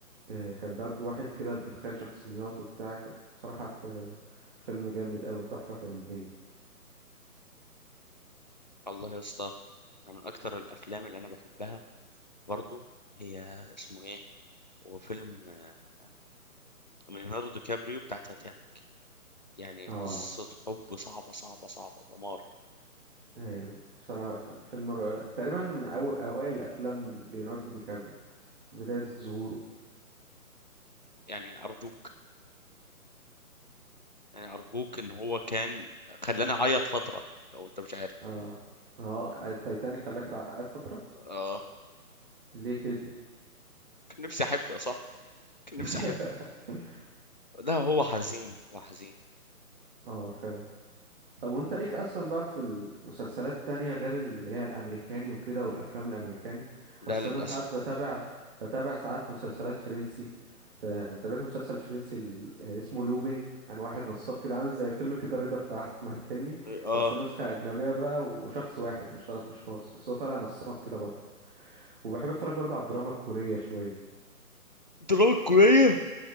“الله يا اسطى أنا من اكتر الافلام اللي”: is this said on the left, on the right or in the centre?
Left